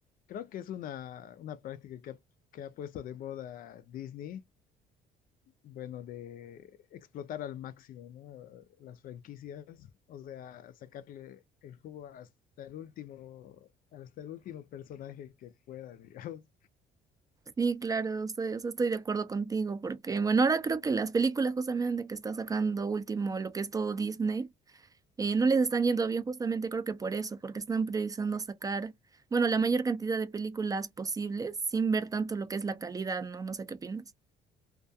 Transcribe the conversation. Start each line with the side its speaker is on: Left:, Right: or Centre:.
Left: creo que es una, una práctica que ha, que ha puesto de moda Disney, bueno, de explotar al máximo, ¿no? Las franquicias, o sea, sacarle el jugo hasta el último, hasta el último personaje que pueda, <laughs> digamos.
Right: Sí, claro, estoy, o sea, estoy de acuerdo contigo, porque bueno, ahora creo que las películas justamente que está sacando último, lo que es todo Disney, eh, no les están yendo bien justamente creo que por eso, porque están priorizando sacar, bueno, la mayor cantidad de películas posibles sin ver tanto lo que es la calidad, ¿no? No sé qué opinas.